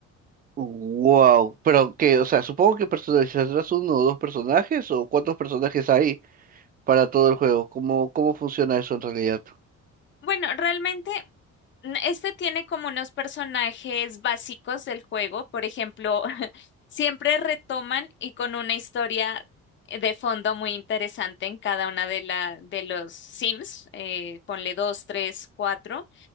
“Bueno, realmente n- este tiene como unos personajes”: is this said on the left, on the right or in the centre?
Left